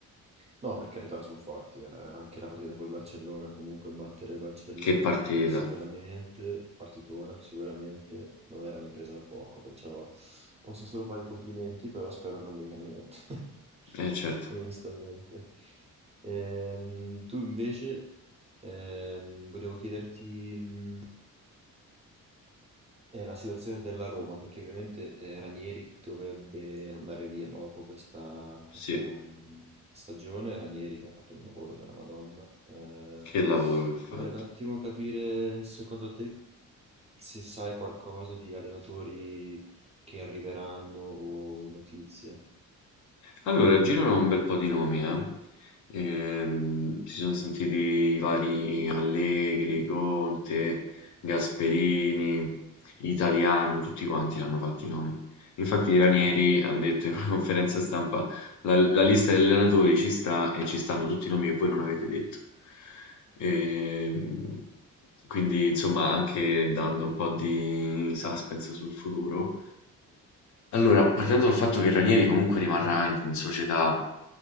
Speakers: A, on the right (about 20°); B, on the left (about 65°).
A: No, per carità, sono forti. eh, Anche la partita col Barcellona, comunque battere il Barcellona
B: Che partita.
A: sicuramente, partitona sicuramente, non era un'impresa da poco, perciò posso solo fargli i complimenti, però spero che non mi vengano niente, <laughs>
B: Eh certo,
A: onestamente. Ehm, tu invece, ehm, volevo chiederti, mh, eh, la situazione della Roma, perché ovviamente eh, Ranieri dovrebbe andare via no? dopo questa, questa,
B: sì,
A: mh, stagione. Ranieri che ha fatto un lavoro della Madonna. Eh,
B: che lavoro che ho fatto.
A: vorrei un attimo capire, secondo te, se sai qualcosa di allenatori che arriveranno o notizie.
B: Allora, girano un bel po' di nomi, eh. Ehm, si sono sentiti i vari Allegri, Conte, Gasperini, Italiano, tutti quanti l'hanno fatti i nomi. Infatti i Ranieri
A: Mhm,
B: hanno detto in una conferenza stampa la, la lista degli allenatori ci sta e ci stanno tutti i nomi che voi non avete detto. Ehm, quindi, insomma, anche dando un po' di suspense sul futuro, allora, partendo dal fatto che Ranieri comunque rimarrà in in società